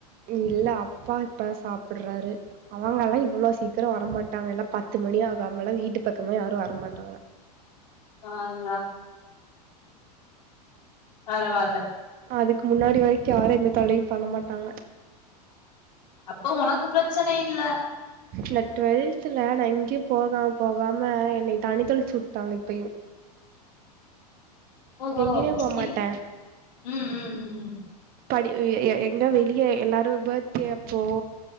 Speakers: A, on the right; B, on the left.
A: இல்ல அப்பா இப்பதா சாப்பட்றாரு அவங்கல்லா இவ்வளோ சீக்கரோ வரமாட்டாங்க எல்லா பத்து மணி ஆகு அம்வ்ங்கல்லா வீட்டு பக்கமே யாரு வரமாட்டாங்க
B: பார்ரா பரவால்ல
A: அதுக்கு முன்னாடி வரிக்கு யாரு எந்த தொல்லையு பண்ணமாட்டாங்க
B: அப்போ உனக்கு பிரச்சன இல்ல
A: இந்த டுவெல்துலா நா எங்கயூ போகாம போகாம என்னைய தண்ணி தெளிச்சு உட்டாங்க இப்பயூ
B: ஓஹோ
A: எங்கேயுமே போ மாட்டே
B: இல் ம் ம் ம் ம்
A: படி எ எ எங்க வெளிய எல்லாரூ பர்த்டே அப்போ